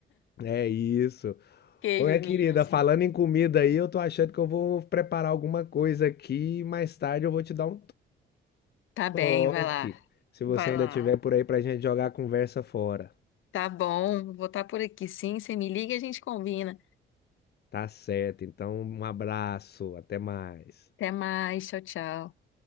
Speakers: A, on the left; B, on the left.
A: É isso.
B: Queijo,
A: Ô, minha
B: Minas.
A: querida, falando em comida aí, eu tô achando que eu vou preparar alguma coisa aqui e mais tarde eu vou te dar um
B: Tá bem,
A: toque.
B: vai lá.
A: Se
B: Vai
A: você
B: lá.
A: ainda tiver por aí pra gente jogar a conversa fora.
B: Tá bom, vou estar por aqui sim. Você me liga e a gente combina.
A: Tá certo. Então, um abraço, até mais.
B: Até mais, tchau, tchau.